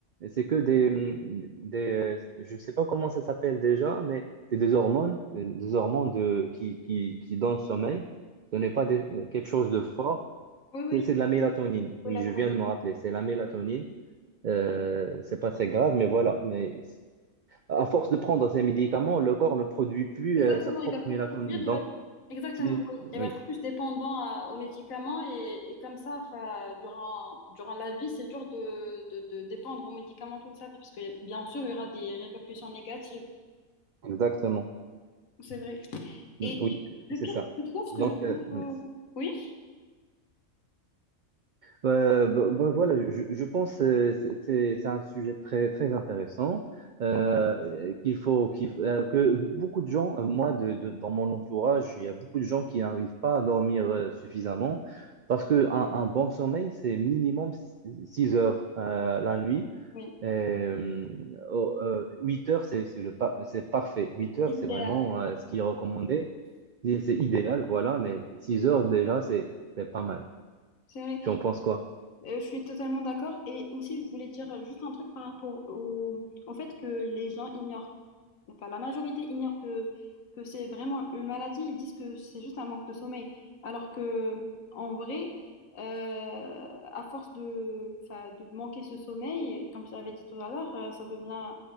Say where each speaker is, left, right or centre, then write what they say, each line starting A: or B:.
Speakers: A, on the right; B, on the left.
A: c'est que des, des, je sais pas comment ça s'appelle déjà, mais c'est des hormones, euh, des hormones de, qui, qui, qui donnent le sommeil. Ce n'est pas des- quelque chose de fort.
B: Oui, oui,
A: C'est c'est de la mélatonine. Oui,
B: oui, maintenant.
A: je viens de me rappeler. C'est la mélatonine. Euh, c'est pas très grave, mais voilà. Mais à force de prendre ces médicaments, le corps ne produit plus
B: Exactement,
A: euh, sa propre
B: il va plus
A: mélatonine.
B: conduire, il
A: Donc,
B: va Exactement,
A: si-
B: oui. Il
A: oui,
B: va être plus dépendant à- aux médicaments et, et comme ça, enfin, durant, durant la vie, c'est dur de, de, de dépendre aux médicaments toute sa vie, parce que bien sûr, il y aura des répercussions négatives.
A: exactement.
B: C'est vrai.
A: Oui,
B: Et le
A: c'est
B: pire,
A: ça.
B: je trouve, ce
A: Donc,
B: que je
A: euh,
B: trouve...
A: oui.
B: euh, Oui,
A: Bah, bah, bah, voilà, je, je pense que c'est c'est- c'est un sujet très, très intéressant euh, qu'il faut, qu'il faut- euh, que beaucoup de gens, euh, moi de, de- dans mon entourage, il y a beaucoup de gens qui n'arrivent pas à dormir euh, suffisamment parce que un, un bon sommeil, c'est minimum 6 heures euh, la nuit.
B: oui.
A: Et, euh, oh, euh, 8 heures, c'est c'est le pa- c'est parfait. huit heures,
B: Idéal.
A: c'est vraiment euh, ce qui est recommandé. C'est c'est idéal, voilà, mais 6 heures déjà, c'est c'est pas mal.
B: C'est vrai.
A: Tu en penses quoi?
B: Euh, je suis totalement d'accord. Et aussi, je voulais dire juste un truc par rapport au, au fait que les gens ignorent, enfin la majorité ignore que, que c'est vraiment une maladie. Ils disent que c'est juste un manque de sommeil. Alors que en vrai, euh, à force de, enfin, de manquer ce sommeil, comme je l'avais dit tout à l'heure, euh, ça devient,